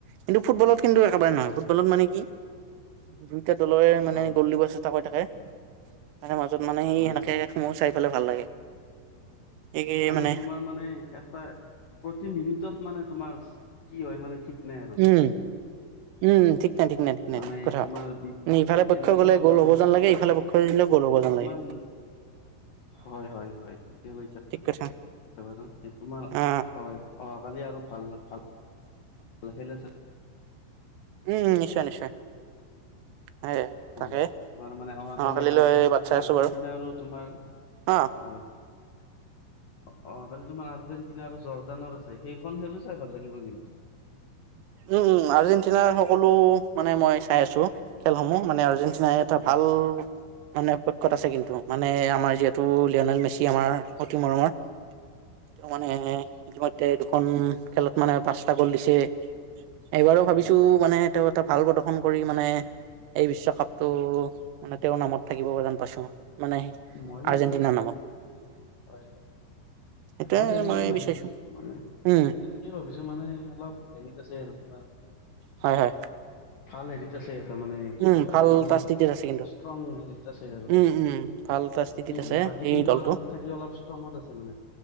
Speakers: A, on the right; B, on the left.
A: কিন্তু ফুটবলত কিন্তু একেবাৰে নহয়,
B: হয়
A: ফুটবলত মানে কি দুইটা দলেৰে মানে
B: হয়
A: গ'ল দিব চেষ্টা কৰি থাকে। মানে মাজত মানে সি
B: হয়
A: সেনেকে
B: হয়
A: সমূ্হ চাই পেলাই ভাল লাগে। এই কি
B: আৰু
A: মানে
B: তোমাৰ মানে এটা প্ৰতি মিনিটত মানে তোমাৰ কি হয় মানে ঠিক নাই আৰু।
A: উম উম ঠিক নাই ঠিক নাই ঠিক নাই
B: মানে
A: ঠিক কথা,
B: তোমাৰ
A: নি ইফালে পক্ষ
B: এনেকুৱা
A: গলে গ'ল
B: বস্তু
A: হ'ব যেন লাগে
B: তোমাৰ
A: সিফালে প ক্ষ <unintelligible> গল হব যেন লাগে।
B: ইমান হয় হয় হয় ঠিকে কৈছা,
A: ঠিক কথা
B: <unintelligible> তোমাৰ
A: অ
B: হয় অহাকালি আৰু ভাল ভাল খেল আছে।
A: উম নিশ্চয় নিশ্চয়। হয় তাকে
B: অ তোমাৰ মানে অহাকালি
A: অহা কালিলৈ
B: আৰ্জেন
A: বাট চাই
B: আৰ্জেণ্টিনা
A: আছো বাৰু
B: আৰু তোমাৰ
A: অ
B: হয় হয়। অ অহাকালি তোমাৰ আৰ্জেণ্টিনা আৰু জৰ্ডানৰ আছে সেইখন খেলো চাই ভাল লাগিব কিন্তু।
A: উম উম আৰ্জেণ্টিনাৰ সকলো মানে মই চাই আছো খেলসমূহ মানে আৰ্জেন টিনাই এটা
B: হয়
A: ভাল মানে পক্ষত আছে কিন্তু মানে আমাৰ যিহেতু লিঅ'নেল মেচি আমাৰ অতি মৰমৰ তেওঁ মানে ইতিমধ্যে দুখন খেলত মানে পাঁচটা গ'ল দিছে। এইবাৰো
B: হয়
A: ভাবিছো
B: হয় পিছে
A: মানে তেওঁ এটা ভাল প্ৰদৰ্শন কৰি মানে এই বিশ্বকাপটো মানে তেওঁৰ নামত থাকিব যেন পাইছো আৰু মানে
B: মইয়ো
A: আৰ্জেণ্টিনাৰ
B: হয়
A: নামত
B: হয় হয় হয়।
A: সেইটোৱে
B: মইতো তেনেকৈয়ে
A: মই
B: ভাবিছো
A: বিচাৰিছো
B: মানে
A: উম
B: তেনে কি ভাবিছো মানে অলপ হেৰিত আছে আৰু তোমাৰ
A: হয় হয়।
B: ভাল হেৰিত আছে এটা মানে সিহঁতে
A: উম
B: ভাল
A: এটা স্থিতিত আছে কিন্তু
B: ষ্ট্ৰং হেৰি আছে আৰু
A: উম
B: এটা।
A: উম ভাল এটা স্থিতিত
B: টিম
A: আছে
B: বাকী
A: সেই
B: টিমবোৰৰ
A: দলটো।
B: থাকি অলপ ষ্ট্ৰঙত আছে মানে